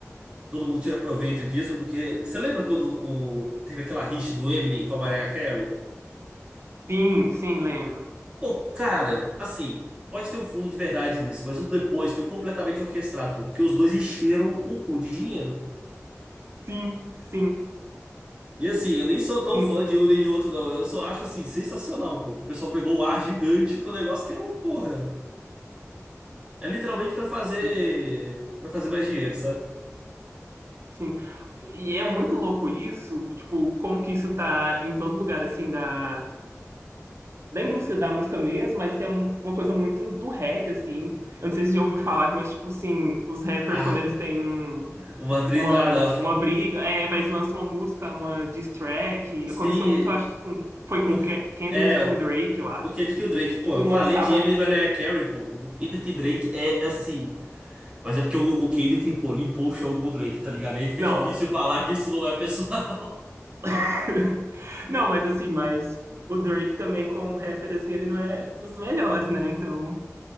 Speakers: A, on the right (about 20°); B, on the right (about 55°).
A: Todo mundo tira proveito disso, porque. Você lembra quando o... teve aquela rixa do Eminem com a Mariah Carey?
B: Sim, sim, lembro.
A: Pô, cara, assim, pode ter um fundo de verdade nisso, mas o depois foi completamente orquestrado, pô, porque os dois encheram o cu de dinheiro. pô.
B: Sim, sim,
A: E assim, eu nem sou tão
B: sim,
A: fã de um nem de outro, não. Eu só acho assim, sensacional, pô. que O pessoal pegou um ar gigante com o negócio que era uma porra. É literalmente pra fazer,
B: e-
A: para fazer mais dinheiro, sabe?
B: sim. E é muito louco isso, tipo, como que isso tá em todo lugar, assim, da, da indústria da música mesmo, mas tem uma coisa muito do rap, assim. Eu não sei se você já ouviu falar, mas, tipo, assim, os rappers,
A: Ah,
B: quando eles têm um
A: uma treta.
B: uma,
A: Ah, não.
B: uma briga, é, mas lança uma música, uma diss track.
A: Se.
B: Aconteceu muito, eu acho que com, foi com
A: pô,
B: Ke- Kendrick,
A: É,
B: e com Drake, eu acho.
A: o Kendrick e o Drake, pô,
B: Tipo,
A: eu
B: um
A: falei
B: lançava
A: de Eminem
B: a música.
A: e Mariah Carey, pô. O Kendrick e Drake é assim. Mas é porque o, o Kendrick, pô, limpou o show com o Drake, tá ligado? Aí fica
B: Não.
A: difícil falar que isso não é pessoal. <laughs>
B: <laughs> Não, mas assim, mas o Drake também, como rapper, assim, ele não é dos melhores, né? Então.